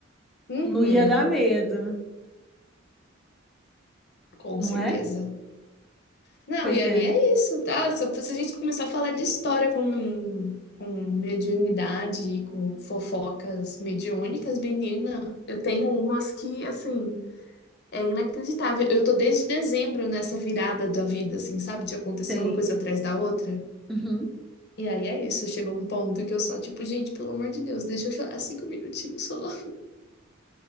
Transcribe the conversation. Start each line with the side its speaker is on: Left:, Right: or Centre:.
Left: Uhum,
Centre: não ia dar medo,
Left: com
Centre: não
Left: certeza.
Centre: é?
Left: Não,
Centre: Pois
Left: e aí
Centre: é,
Left: é isso, tá? Se, se a gente começar a falar de história com, com mediunidade e com fofocas mediúnicas, menina, eu tenho umas que, assim, é inacreditável. Eu tô desde dezembro nessa virada da vida, assim, sabe? De acontecer
Centre: tem.
Left: uma coisa atrás da outra.
Centre: Uhum.
Left: E aí é isso, chegou um ponto que eu só, tipo, gente, pelo amor de Deus, deixa eu chorar cinco minutinhos só.